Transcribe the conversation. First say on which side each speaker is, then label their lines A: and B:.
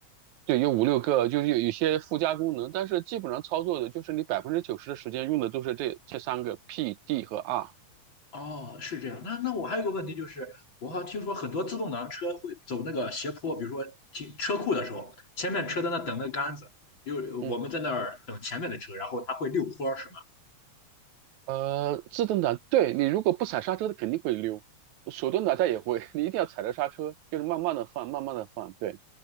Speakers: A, on the right; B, on the left.
A: 对，有五六个，就是有有些附加功能，但是基本上操作的就是你百分之九十的时间用的都是这这三个 P、D 和 R。
B: 哦，是这样。那那我还有一个问题就是，我好像听说很多自动挡车会走那个斜坡，比如说停车库的时候，前面车在那等那杆子，因为我们在那儿等前面的车，
A: 嗯，
B: 然后它会溜坡，是吗？
A: 呃，自动挡，对你如果不踩刹车，它肯定会溜；手动挡它也会，你一定要踩着刹车，就是慢慢的放，慢慢的放。对。